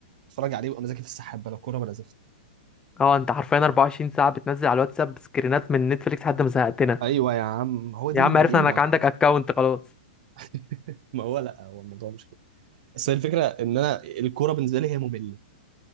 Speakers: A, on the right; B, on the left.
A: اتفرج عليه وابقى مزاجي في السحاب بلا كورة ولا زفت
B: اه انت حرفيا 24 ساعه بتنزل على الواتساب سكرينات من نتفليكس لحد ما زهقتنا
A: ايوه يا عم هو دي
B: يا عم عرفنا
A: دي المتعة
B: انك عندك اكونت خلاص
A: <laughs> ما هو لا هو الموضوع مش كده بس هي الفكرة ان انا الكورة بالنسبة لي هي مملة